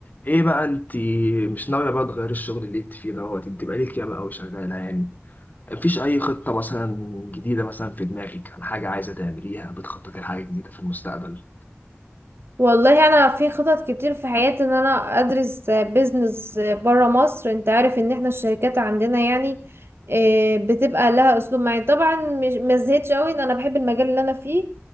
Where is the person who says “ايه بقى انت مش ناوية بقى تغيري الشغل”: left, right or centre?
Left